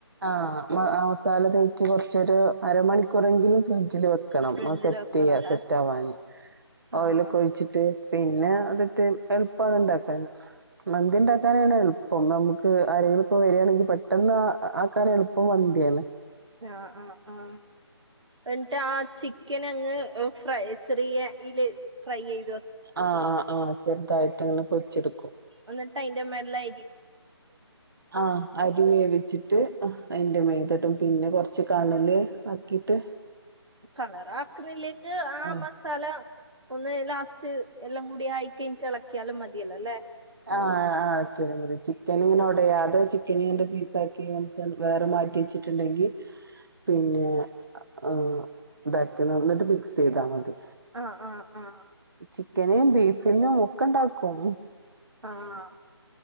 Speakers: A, on the right (about 50°); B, on the right (about 85°).
A: ആഹ ല തേക്ക് കൊറച്ചൊരു അരമണിക്കൂറെങ്കിലും ഫ്രിഡ്ജിൽ വെക്കണം
B: ഫ്രിഡ്ജിൽ
A: സെറ്റ്
B: വെക്കണല്ലേ
A: ചെയ്യ സെറ്റ് ആവാന്
B: ആഹ്
A: ഓയിലൊക്കെ
B: ആഹ്
A: ഒഴിച്ചിട്ട് പിന്നെ അതിട്ട് എളുപ്പമാണ് ഉണ്ടാക്കാൻ മന്തി ഉണ്ടാക്കാനാണ് എളുപ്പം നമുക്ക് ആരെങ്കിലും ഇപ്പോ വരാണെങ്കിൽ പെട്ടെന്ന് ആക്കാര്െ എളുപ്പം മന്ദി ആണ്
B: ആഹ ആഹ് ആഹ എന്നിട്ട് ആ ചിക്കൻ അങ്ങ് ഫ്രൈ ചെറിയ ഇല് ഫ്രൈ ചെയ
A: ആഹ ആ് ആഹ ചെറതായിട്ട് അങ്ങനെ പൊരി ടുക്കും
B: എന്നിട്ട് അയിന്റെ <unintelligible>
A: ആഹ് <unintelligible> വെച്ചിട്ട് റ്റ് അയിന്റെ മേതെടും പിന്നെ കൊറച്ച് കണല് ആക്കീട്ട്
B: കളറാക്ക്ന്നില്ലെങ്ക് ആ
A: ആഹ്
B: മസാല ഒന്ന് ലാസ്റ്റ് എല്ലം കൂടി ആയി കയിഞ്ഞിട്ട് എളക്കിയാലും മതിയല്ലോ ല്ലേ
A: ആ ആ എളക്കിയാലും മതി ചിക്കൻ ഇങ്ങനെ ഒടയാതെ ചിക്ക് <unintelligible> ന്റെ പീസാക്കി നമുക്ക് വേറെ മാറ്റി വെച്ചിട്ടുണ്ടെങ്കി പിന്നെ അ അ ഇതാക്കി എന്നിട്ട് മിക്സ് ചെയ്താ മതി
B: ആഹ് ആഹ് ആഹ്
A: ചിക്കന് ബീഫ് <unintelligible> <unintelligible> ഇണ്ടാക്കും.
B: ആഹ്